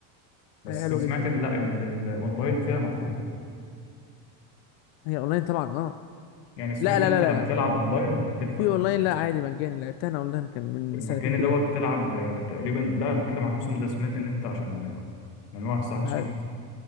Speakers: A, on the left (about 85°); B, on the left (about 60°).
A: بس
B: حاجه حلوه
A: سمعت
B: جدا
A: ان لا ال- ال- الاونلاين فيها مدفوع
B: هي اونلاين طبعا اه
A: يعني سمعت
B: لا لا
A: ان انت
B: لا لا
A: لما تلعب
B: لا
A: اونلاين تدفع
B: في اونلاين لا عادي مجاني لعبتها انا اونلاين كان من
A: المجاني
B: سنتين كده
A: دوت
B: كنت كنت
A: تلعب آه، تقريبا لا أنا بتكلم عن الموسم ده سمعت ان انت عشان آه، من واحد صاحبي
B: مش
A: اسمه
B: عارف
A: احمد